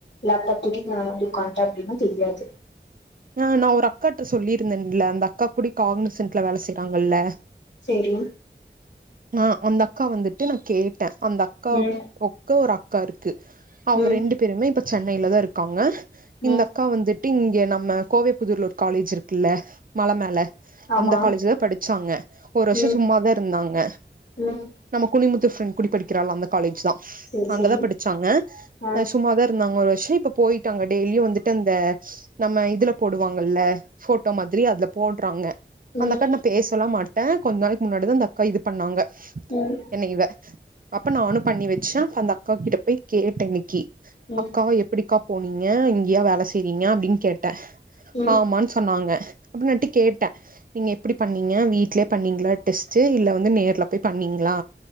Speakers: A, on the left; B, on the right.
A: லேப்டாப் தூக்கி நா வந்து உட்காந்து டா நா தெரியாது
B: ஆஹ் நான் ஒரு அக்காட்ட சொல்லியிருந்தேன்ல அந்த அக்கா கூட காகனசன்ட்ல வேலை செய்யறாங்கல்ல
A: சேரி
B: ஆ அந்த அக்கா வந்துட்டு நான் கேன் அந்த அக்கா
A: ம்
B: உக்க ஒரு அக்கா கரு அவங்க
A: ம்
B: ரெண்டு பேருமே இப்ப சென் னையில தா இருக்காங்க
A: ம்
B: இந்த அக்கா வந்துட்டு இங்க இங்க நம்ம கோவை புதுர்லூர் காலேஜ் இருக்குல்ல மல மேல
A: ஆமா
B: அந்த காலேஜ்ல படிச்சாங்க ஒரு வருஷம்
A: ம்
B: சும்மாதா இருந்தாங்க
A: ம்
B: நம்ம குனித்து ஃப்ரெண்ட் குடிக் படிக்கிறள அந்த காலஜ் தான்
A: சேரி
B: அங்கதா
A: சேரி
B: படிச்சாங்க
A: ஆ
B: சும்மாதா இருந்தாங்க ஒரு வருஷம் இப்ப போயிட்டாங்க டெய்லியும் வந்துட்டு அந்த நம்ம இதுல போடுவாங்கல்ல போட்டோ மாதிரி அதுல போடுறாங்க
A: ம்
B: அந்த அக்கா நா பேசலாம் மாட்டேன் ஆ கொஞ்ச நாளைக்கு முன்னாடி தா அந்த அக்கா இது பண்ணாங்க
A: ம்
B: என்ன இவ அப்ப நானு பண்ணி வச்சே அப்ப அந்த அக்கா கிட்ட போய் கேட்டே இன்னக்கி
A: ம்
B: அக்கா எப்டிக்கா போனீங்க இங்கயா வேல செய்றீங்க அப்டின்னு கேட்டே
A: ம்
B: ஆமான்னு சொன்னாங்க அப்டின்னுட்டு கேட்டே நீங்க எப்டி பண்ணீங்க வீட்லயே பண்ணீங்களா டெஸ்ட் இல்ல வந்து நேர்ல போய் பண்ணீங்களா